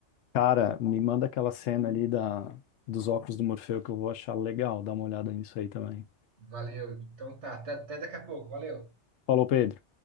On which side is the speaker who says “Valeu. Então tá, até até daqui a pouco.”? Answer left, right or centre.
Right